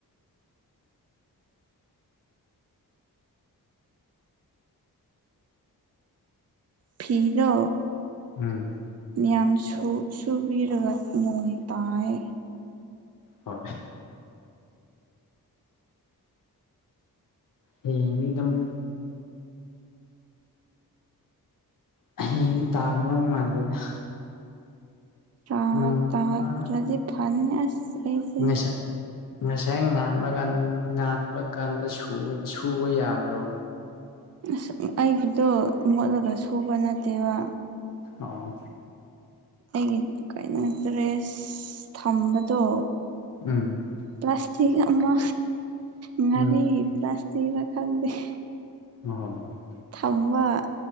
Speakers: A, on the right; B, on the left.
A: ꯐꯤꯗꯣ
B: ꯎꯝ
A: ꯃꯌꯥꯝ ꯁꯨ ꯁꯨꯕꯤꯔꯒ ꯅꯣꯡ ꯇꯥꯏꯌꯦ
B: ꯍꯣꯏ ꯍꯌꯦꯡ ꯅꯤꯗꯝ ꯍꯌꯦꯡꯗꯤ ꯇꯥꯒꯗꯧ ꯃꯥꯟꯗꯦꯗ
A: ꯇꯥ
B: ꯅꯣꯡꯃ
A: ꯇꯥꯗ꯭ꯔꯗꯤ ꯐꯥꯅꯤ ꯑꯁ ꯑꯩꯁꯦ
B: ꯉꯁ ꯉꯁꯥꯏ ꯉꯟꯕ ꯀꯥꯟ ꯉꯟꯕ ꯀꯥꯟꯗ ꯁꯨꯕ ꯌꯥꯗ꯭ꯔꯣ
A: ꯑꯁ ꯑꯩꯒꯤꯗꯣ ꯃꯣꯠꯂꯒ ꯁꯨꯕ ꯅꯠꯇꯦꯕ
B: ꯑꯣ
A: ꯑꯩꯒꯤ ꯀꯩꯅꯣ ꯗ꯭ꯔꯦꯁ ꯊꯝꯕꯗꯣ꯫
B: ꯎꯝ
A: ꯄ꯭ꯂꯁꯇꯛ ꯑꯃ ꯉꯥꯔꯤꯒꯤ
B: ꯎꯝ
A: ꯄ꯭ꯂꯥꯁꯇꯛꯔ ꯈꯪꯗꯦ ꯫
B: ꯍꯣꯏ ꯍꯣꯏ ꯍꯣꯏ
A: ꯊꯝꯕ